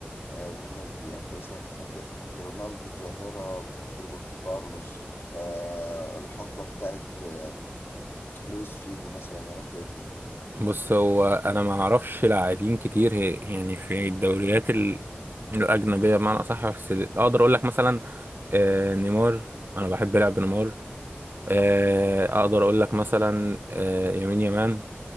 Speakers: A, on the left; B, on the right.
A: آه، والناس دي يعني انت مثلا محب لرونالدو الظاهرة محب روبرتو كارلوس آه، الحقبة بتاعت آه، لويس فيجو مثلا ولا انت ايه الدنيا
B: بص هو انا ما اعرفش لاعبين كتير هي- يعني في الدوريات ال- الاجنبيه بمعنى اصح بس اقدر اقول لك مثلا آه، نيمار انا بحب لعب نيمار آه، اقدر اقول لك مثلا آه، يمين يمان